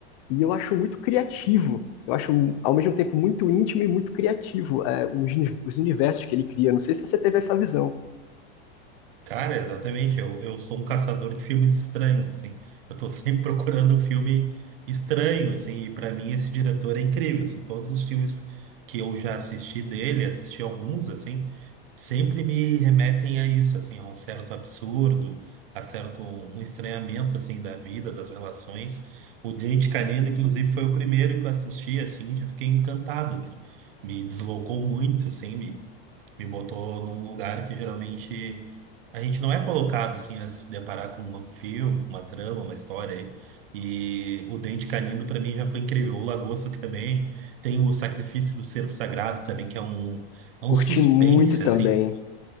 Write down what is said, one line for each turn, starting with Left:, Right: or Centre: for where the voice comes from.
Left: e eu acho muito criativo. Eu acho, ao mesmo tempo, muito íntimo e muito criativo, é, os, uni- os universos que ele cria. Não sei se você teve essa visão.
Right: Cara, exatamente. Eu, eu sou um caçador de filmes estranhos, assim. Eu tô sempre <laughs> procurando um filme estranho, assim. E pra mim esse diretor é incrível, assim. Todos os filmes que eu já assisti dele, assisti alguns, assim, sempre me remetem a isso, assim, a um certo absurdo, a certo um estranhamento, assim, da vida, das relações. O Dente Canino, inclusive, foi o primeiro que eu assisti, assim, e já fiquei encantado, assim. Me deslocou muito, assim, me botou num lugar que geralmente a gente não é colocado assim a se deparar com um filme, com uma trama, uma história. aí. E o Dente Canino para mim já foi incrível. O Lagosta <laughs> também tem o Sacrifício do Cervo Sagrado também, que é um é
Left: Curti
Right: um suspense
Left: muito também.
Right: assim.